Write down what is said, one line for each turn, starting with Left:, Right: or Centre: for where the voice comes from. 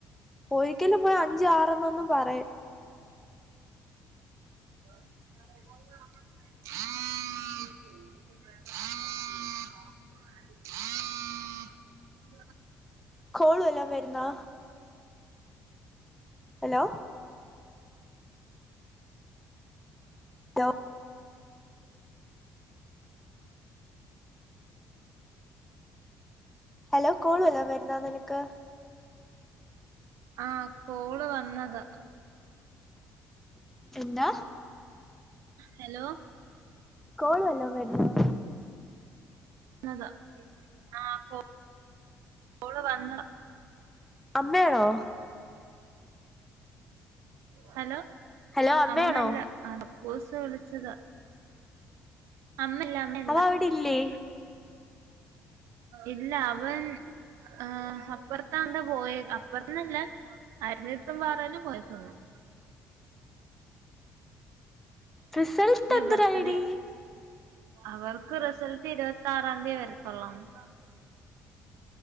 Centre: ഒരിക്കലും പോയി അഞ്ചു ആറന്നൊന്നും പറയ
Right: <inaudible>
Centre: കോളു വല്ലോം വരുന്നാ ഹലോ <unintelligible> ഹലോ കോളു വല്ലോ വരുന്നാ നിനക്ക്
Right: ആഹ കോള് വന്നതാ
Centre: എന്താ
Right: ഹലോ
Centre: കോളു വല്ലോം വരുന്നുണ്ടോ
Right: അതാ ആഹ കോ കോള് വന്ന്
Centre: അമ്മയാണോ
Right: ഹലോ
Centre: ഹലോ അമ്മയാണോ
Right: അമ്മ അല്ല ബോസ് വിളിച്ചതാ അമ്മയല്ല അമ്മയല്ല
Centre: അവ അവിടെ ഇല്ലേ
Right: ഇല്ല അവൻ അ അപ്പുറത്തന്താണ്ട പോയി അപ്പുറത്തന്നുല്ലാ ആരുടെത്തും പറയാതാ പോയേക്കന്നും
Centre: റിസൾട്ട് എന്തരായടി
Right: ബർത്ത്ഡേ അവർക്ക് റിസൾട്ട് ഇരുപത്തി ആറാം തീയതി വരുതൊള്ളോന്ന്